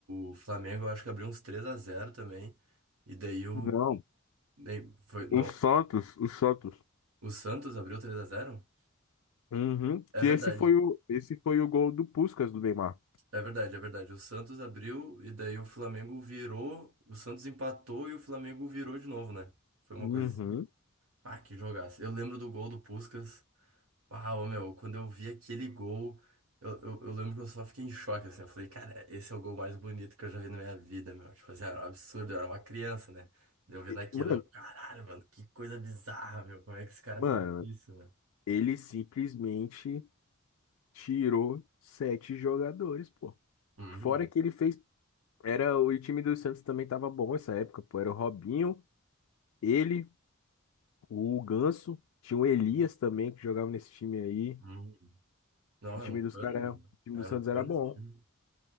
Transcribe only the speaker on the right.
o Flamengo, eu acho que abriu uns três a zero também. E daí o.
nem- Foi, não,
o Santos abriu três a zero
É verdade,
é verdade, é verdade. O Santos abriu e daí o Flamengo virou, o Santos empatou e o Flamengo virou de novo, né? Foi uma
coisa assim. Ah, que jogaço. Eu lembro do gol do Puskás. Ah, ô, meu, quando eu vi aquele gol, eu, eu, eu lembro que eu só fiquei em choque, assim. Eu falei, cara, esse é o gol mais bonito que eu já vi na minha vida, meu. Tipo assim, era um absurdo, eu era uma criança, né? Eu vendo
aquilo,
eu, caralho, mano, que coisa bizarra, meu. Como é que esse cara
faz isso, né?
Uhum.
Nossa.
Uhum. Não,
era um
cano,
mano.
Era
um cano
esse time.